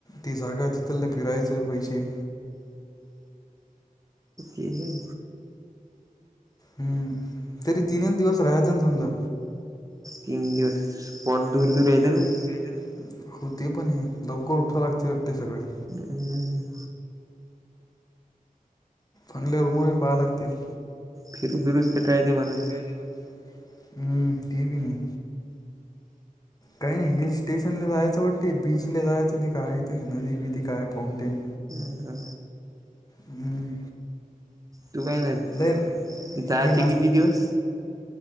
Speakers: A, on the left; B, on the right.
A: ती जागा, तिथल फिरायचं पैसे.
B: अ हं.
A: हम्म. तरी तीनच दिवस, राहायचं ना समजा.
B: तीन दिवस. स्पॉट दूर- दूर यत ना.
A: <unintelligible> हो ते पणय. लवकर उठाव लागते वाटते, सगळे.
B: हम्म.
A: आणल्यावर मुवी पाहा लागतील.
B: फिरु दि <unintelligible>
A: <unintelligible> हम्म, ते बी नाही. काही नाही, हिल स्टेशनले जायाचं वाटते. बीचले जायाचं. ते काय ते, नदी बिधी, काय फाउंटेन.
B: ह.
A: हम्म.
B: तू काय <unintelligible>
A: लय
B: जायाचे
A: हे
B: किती दिवस?